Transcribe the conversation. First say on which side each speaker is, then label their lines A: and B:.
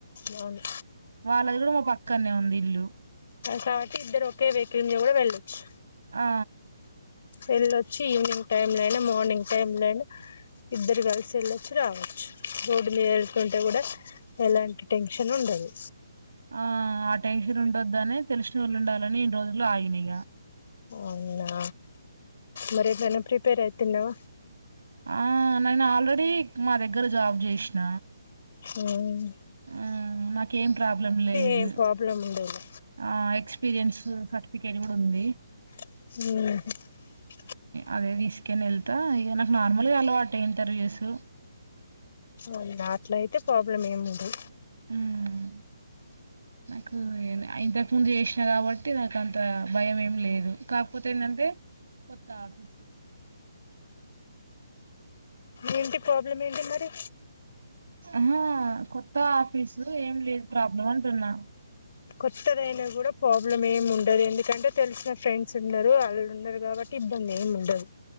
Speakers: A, on the left; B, on the right.
A: అవును
B: వాళ్ళది కూడా మా పక్కనే ఉంది ఇల్లు
A: కాబట్టి ఇద్దరు ఒకే వెకిల్ మీద కూడా వెళ్ళొచ్చు
B: ఆ
A: వెళ్ళొచ్చి ఈవినింగ్ టైమ్ లో అయినా మార్నింగ్ టైమ్ లో అయిన ఇద్దరు కలిసి వెళ్ళొచ్చు రావచ్చు రోడ్డు మీద వెళ్తుంటే కూడా ఎలాంటి టెన్షన్ ఉండదు
B: ఆ ఆ టెన్షన్ ఉండొద్దని తెలిసిన వాళ్ళు ఉండాలని ఇన్నీ రోజులు ఆగిన ఇగ
A: అవునా మరేమైనా ప్రిపేర్ అయితున్నావ
B: ఆ నేను ఆల్రెడీ మా దగ్గర జాబ్ చేసిన
A: హ్మ్మ్
B: ఆ నాకేం ప్రాబ్లం లేదు
A: ఏం ప్రాబ్లం ఉండదు
B: ఆ ఎక్స్పీరియన్స్ స్ సర్టిఫికేట్ కూడా ఉంది
A: ఉహు
B: అదే తీసుకొని వెళ్తా ఇగా నాకు నార్మల్గా అలవాటె ఇంటర్వ్యూస్
A: అవు నాట్లు అయితే ప్రాబ్లం ఏం ఉండదు
B: హ్మ్మ్ నాకు ఇంతకు ముందు చేసిన కాబట్టి నాక అంత భయం ఏం లేదు కాకపోతే ఏంటంటే కొత్త ఆఫీసు
A: ఏంటి ప్రాబ్లం ఏంటి మరి
B: ఆహా కొత్త ఆఫీసు ఏం లేదు ప్రాబ్లం అంటున్నా
A: కొత్తదైనా కూడా ప్రాబ్లమ్ ఏమి ఉండదు ఎందుకంటే తెలిసిన ఫ్రెండ్స్ ఉన్నారు వాళ్ళు ఉన్నారు కాబట్టి ఇబ్బంది ఏముండదు